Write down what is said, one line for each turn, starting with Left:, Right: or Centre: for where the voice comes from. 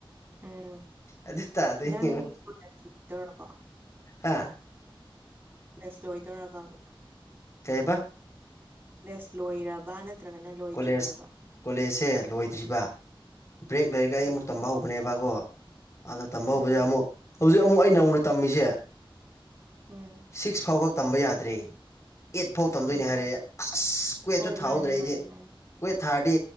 Right: ꯎꯝ
Left: ꯑꯗꯤ ꯇꯥꯗꯅꯤꯌꯝ
Right: ꯅꯪ ꯀꯣꯂꯦꯖ ꯂꯣꯏꯗꯧꯔꯕꯣ
Left: ꯍꯥ
Right: ꯄꯁ ꯂꯣꯏꯗꯣꯏꯔꯕꯕ
Left: ꯀꯦꯕ
Right: ꯂꯦꯁ ꯂꯣꯏꯔꯕ ꯅꯠꯇ꯭ꯔꯒꯅ ꯂꯣꯏꯗ꯭ꯔꯤꯕꯕ
Left: ꯀꯣꯂꯦꯖ ꯀꯣꯂꯦꯖꯁꯦ ꯂꯣꯏꯗ꯭ꯔꯤꯕ ꯕ꯭ꯔꯦꯛ ꯂꯩꯔꯒ ꯑꯩ
Right: ꯎꯝ
Left: ꯑꯃꯨꯛ ꯇꯝꯕ ꯍꯧꯕꯅꯦꯕꯀꯣ ꯑꯗ ꯇꯝꯕ ꯍꯧꯕꯁꯦ
Right: ꯎꯝ
Left: ꯑꯃꯨꯛ ꯍꯧꯖꯤꯛ ꯑꯃꯨꯛ ꯑꯩ ꯅꯧꯅ ꯇꯝꯃꯤꯁꯦ
Right: ꯎꯝ
Left: ꯁꯤꯛꯁ ꯐꯥꯎꯈ ꯇꯝꯕ ꯌꯥꯗ꯭ꯔꯦ ꯑꯦꯠ ꯐꯥꯎ ꯇꯝꯗꯣꯏꯅꯦ
Right: ꯎꯝ
Left: ꯍꯥꯏꯔꯛꯑꯦ ꯑꯁ ꯀ꯭ꯋꯦꯠꯁꯨꯨ
Right: ꯍꯣꯏ
Left: ꯊꯥꯍꯧꯗ꯭ꯔꯦ
Right: ꯃꯥꯅꯦ
Left: ꯑꯩꯗꯤ
Right: ꯃꯥꯅꯦ ꯃꯥꯅꯦ
Left: ꯀꯨꯣꯏꯠ ꯊꯥꯔꯗꯤ